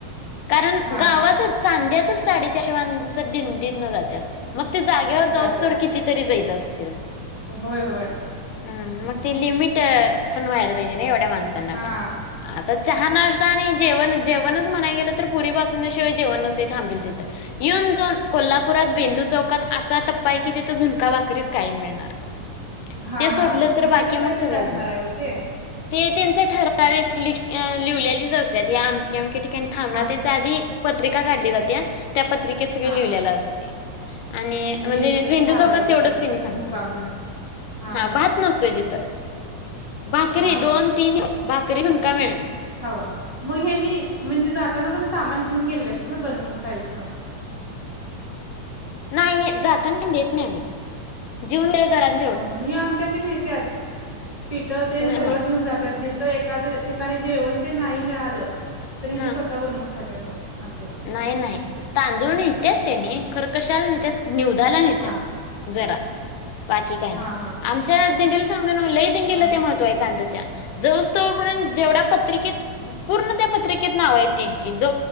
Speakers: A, on the left; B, on the right.
A: कारण
B: हा
A: गावातच
B: हा
A: चांध्यातच साडीच्या अशे माणस दिंडीत न जातात मग ते जागेवर जाऊस
B: जात्यात
A: तरवर कितीतरी जायत असतील.
B: होय होय
A: हम्म. मग ते लिमिट पण व्हायला पाहिजे ना एवढ्या माणसांना
B: हा
A: पण आता चहा नाष्टता आणि जेवण जेवणच म्हणाय गेलं पुरी बासुंदी शिवाय जेवण नसते तिथबल तिथ येऊन जाऊन कोल्हापू पुरात बेंदू चौकात असा टप्पा आहे की तिथं झुणका भाकरीच कायम मिळणार
B: हा
A: ते
B: हा
A: सोडलं
B: म्हणजे
A: तर बाकी
B: तिथलं प्रसिद्ध
A: मग सगळं
B: असणार
A: गुड
B: आहे हो ते
A: ते त्यांचे ठराविक ल लिवलेलीच असतात. हे अमक्या -अमक्या ठिकाणी थांबणार
B: हा
A: त्यांच्या आधी पत्रिका काढली जाते त्या पत्रिकेत सगळ
B: हा
A: लिहिलेलं असते आणि म्हणजे
B: इथे इथं
A: बिंदू
B: थांबायचं
A: चौकात तेवढच
B: तेन
A: तिने सांगितले
B: मुक्काम हा हा
A: भात नसतोय तिथ भाकरी
B: हा
A: दोन तीन भाकरी झुणका मिळेल.
B: हवा मग हेनी म्हणजे जाताना पण सामान घेऊन गेलेत ना बनवून खायचं.
A: नाही. जाताना काही नेत नाही आम्ही जेऊन घरत <unintelligible>
B: हां- हां हे आमच्यातली नेत्यात पिठं तेन
A: नाही
B: सगळं
A: नाही
B: घेऊन जातात जिथं एक एखाद्या ठिकाणी जेवण तेन नाही मिळालं तर हिनी
A: हा
B: स्वतः बनवून खातत मग असं
A: नाही- नाही तांदूळ नेतात त्यानी खरं कशाला नेतात नेवेद्याला नेतात
B: हा
A: जरा बाकी काय नाही
B: हा हा
A: आमच्या दिंडीला सांगतोय ना लई दिंडी
B: हा
A: ते महत्व आहे चांदच्या जाऊस तोपर्यंत जेवढ्या पत्रिकेत पूर्ण त्या पत्रिकेत नाव आहे त्यांची जा